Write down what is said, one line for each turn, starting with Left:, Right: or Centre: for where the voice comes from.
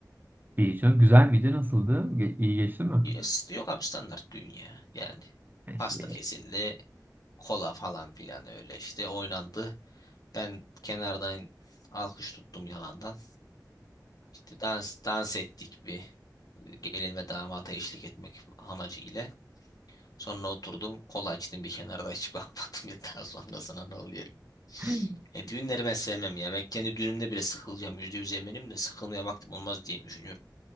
Right: İyi çok güzel miydi? Nasıldı? Ge- iyi geçti mi?
Left: Yes, Yok abi standart dünya yani. Pasta
Right: İşte.
Left: kesildi. Kola falan filan öyle işte oynandı. Ben kenardan alkış tuttum yalandan. İşte dans dans ettik bir e, gelinime damata eşlik etmek amacı ile. Sonra oturdum kola içtim bir kenarda hiç <laughs> bakmadım ya daha sonrasına ne oluyor.
Right: <laughs>
Left: E, düğünleri ben sevmem ya. Ben kendi düğünümde bile sıkılacağım. Yüzde yüz eminim de sıkılmaya vaktim olmaz diye düşünüyorum.